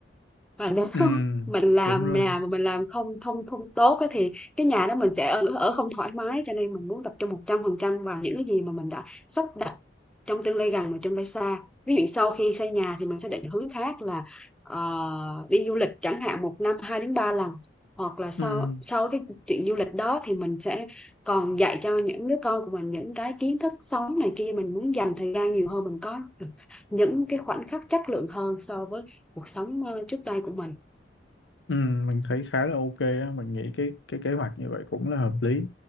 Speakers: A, in the centre; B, on the left.
A: và nếu <laughs>
B: ừ
A: mình làm
B: đúng rồi
A: nhà mà mình làm không không không tốt á thì cái nhà đó mình sẽ ở, ở không thoải mái cho nên mình muốn tập trung một trăm phần trăm vào những cái gì mà mình đã sắp đặt trong tương lai gần và tương lai xa ví dụ sau khi xây nhà thì mình sẽ định hướng khác là ờ, đi du lịch chẳng hạn một năm hai đến ba lần hoặc là sau
B: ừ
A: sau cái chuyện du lịch đó thì mình sẽ còn dạy cho những đứa con của mình những cái kiến thức sống này kia mình muốn dành thời gian nhiều hơn mình có được những cái khoảnh khắc chất lượng hơn so với cuộc sống ờ, trước đây của mình
B: ừ mình thấy khá là ok á mình nghĩ cái cái kế hoạch như vậy cũng là hợp lý